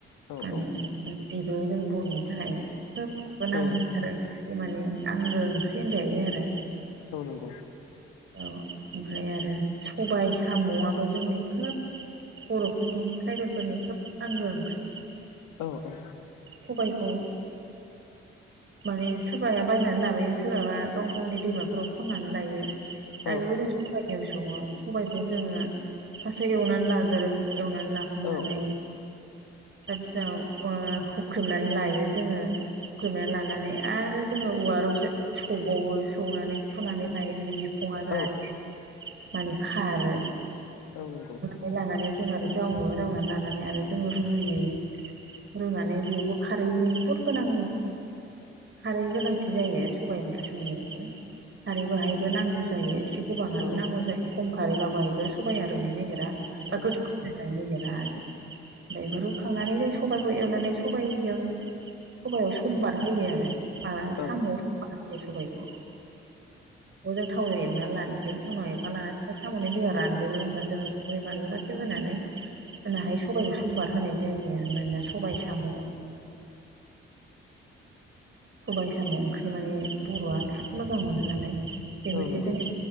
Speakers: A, on the left; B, on the right.
A: औ
B: माने
A: औ
B: बेबो जों बर'नि थाखाय खोब गोनांथार
A: औ
B: ओंख्रि बे माने आंगो ओंख्रि होनजायो आरो
A: औ नंगौ
B: औ ओमफ्राय आरो सबाय साम'आबो जोंनि खोब बर'फोरनि ट्राइबेलफोरनि खोब आंगो ओंख्रि।
A: औ औ
B: सबायखौ माने सोरबाया बायनानै लाबोयो सोरबाबा गाव गावनि दैमाफोराव खन्नानै लायो।
A: औ
B: आरो बेखौ जों सबाइजों सङो सबायखौ जोङो फार्स्टआव एवनानै लागोरो एवनानै लाखांनानै
A: औ नंगौ
B: फारसाव हुख्रेमनानै लायो जोङो। हुख्रेमना लानानै आरो जोङो उवाराव सौबावो सौनानै खुनानै लायो बिनि बिखङा
A: औ
B: जाहाथे माने खारो।
A: औ नंगौ
B: बेफ्राय लानानै जों आरो जावो जावनानै लानानै आरो जोङो रुयो रुनानै बेयावबो खारैनि बुहुर गोनां खारै गोनांथि जायो। सबायाइ ओंख्रि संनायावबो खारै बाहायबो नांगौ जायो एसे गोबाङानो
A: औ
B: नांगौ जायो। खम खारैबा बाहायबो सबाइ आर'नो नागिरा बा गोथाव
A: औ नंगौ औ
B: नागिरा आरो ओमफ्राय बेखौ रुखांनानै जों सबाइखौ एवनानै सबायजों सबयाव समबार होयो आरो माबा
A: औ
B: साम'आव समबार होयो सबायखौ। बेखौ जों थावनाव एवनानै लानोसै थावनाव एवनानै लानोसै साम'नि दैया रानजोबो होनबा जोङो संख्रि बानलु गासो होनानै होन हायो सबाइखौ समबार होनाय जायो आरो मानोना सबाय साम' सबायाइ साम' ओंख्रि माने बर'आ थाद मोजां मोनो नालाय बे मोनसे
A: नंगौ
B: जोंनि